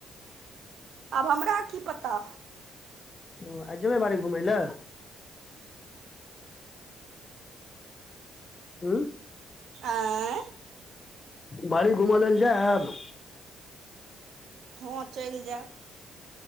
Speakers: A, on the right (about 70°); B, on the left (about 30°).
A: आब हमरा की पता?
B: हँ, आय जेबै बाड़ी घुमै ले? ऊं?
A: आँय?
B: बाड़ी घुमऽ लेल जेब?
A: हँ, चैल जेब।